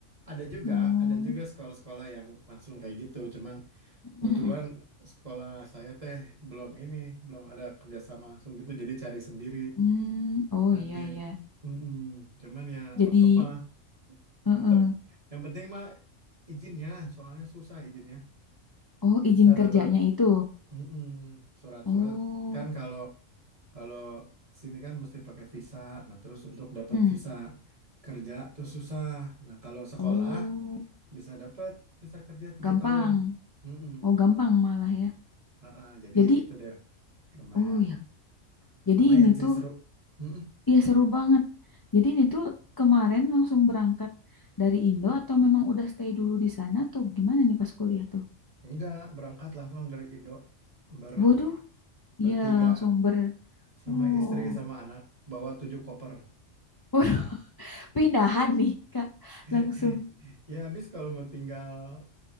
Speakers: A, on the right; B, on the left.
A: ada juga
B: Hmm.
A: ada juga sekolah-sekolah yang langsung kayak gitu cuman
B: Mm-mm.
A: Kebetulan sekolah saya teh belum ini, belum ada kerjasama langsung gitu, jadi cari sendiri
B: Hmm. Oh
A: nanti.
B: iya iya.
A: Mm-mm. Cuman ya nggak
B: Jadi,
A: apa-apa lah,
B: eh-eh.
A: tetap. Yang penting mah izinnya, soalnya susah izinnya.
B: Oh izin
A: Bisa
B: kerjanya
A: dapat
B: itu.
A: mm-mm, surat-surat.
B: Oh,
A: Kan kalau kalau sini kan mesti pakai visa. Nah terus untuk dapat
B: hmm.
A: visa kerja tuh susah. Nah kalau sekolah
B: Oh,
A: bisa dapat visa kerja tiga
B: gampang.
A: tahun. Mm-mm.
B: Oh gampang malah ya.
A: Ah, ah, jadi
B: Jadi,
A: gitu deh, lumayan.
B: oh ya. Jadi
A: Lumayan
B: ini
A: sih
B: tuh,
A: seru. Mm-mm.
B: ya seru banget. Jadi ini tuh kemarin langsung berangkat dari Indo atau memang udah stay dulu di sana atau gimana nih pas kuliah tuh?
A: Enggak, berangkat langsung dari Indo. Ber,
B: Waduh,
A: bertiga.
B: ya langsung ber,
A: Sama
B: oh,
A: istri, sama anak. Bawa tujuh koper.
B: <laughs> waduh, pindahan nih Kak,
A: <laughs>
B: langsung.
A: Ya, habis kalau mau tinggal